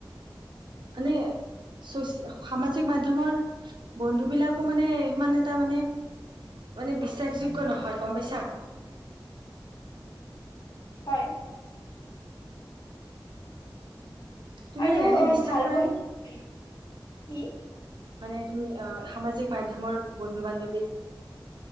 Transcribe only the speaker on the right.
মানে সামাজিক মাধ্যমৰ বন্ধু বিলাকো মানে ইমান এটা মানে মানে বিশ্বাসযোগ্য নহয় গম পাইছা।
তুমি
এনে
বিশ্বাস
কৰা
নে
মানে, তুমি আহ সামাজিক মাধ্যমৰ বন্ধু বান্ধৱীক